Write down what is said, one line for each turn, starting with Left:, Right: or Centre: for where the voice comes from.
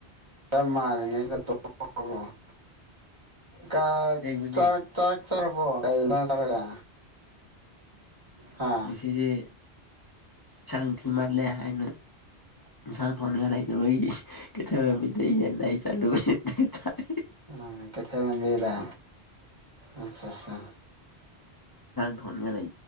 Right: ꯈꯔ ꯃꯥꯟꯜꯂꯤꯉꯩꯁꯤꯗ ꯇꫭꯛꯍꯧꯔꫭ ꯀ
Left: ꯑꯁꯦꯡꯕꯅꯦ
Right: ꯆꯥꯛ ꯆꯥꯛ ꯆꯥꯔꯕꫭ ꯀꯩ ꯏꯟꯁꯥꯡ ꯆꯥꯔꯒꯦ ꯍꯥ
Left: ꯉꯁꯤꯗꯤ ꯆꯥꯡ ꯊꯤꯃꯜꯂꯦ ꯍꯥꯏꯅ ꯏꯟꯁꯥꯡ ꯊꫭꯡꯅꯤꯉꯥꯏ ꯂꯩꯇꯕꯒꯤ ꯀꯩꯊꯦꯜꯃꯥꯟꯕꯤꯗꯩ ꯌꯦꯟ ꯂꯩ ꯆꯠꯂꯨꯏ ꯗꯨꯒ ꯆꯥꯏ
Right: ꯑ ꯀꯩꯊꯦꯜꯃꯥꯟꯕꯤꯗ ꯑꯠꯁꯥ ꯑꯁꯥ
Left: ꯊꯣꯡꯅꯤꯉꯥꯏ ꯂꯩ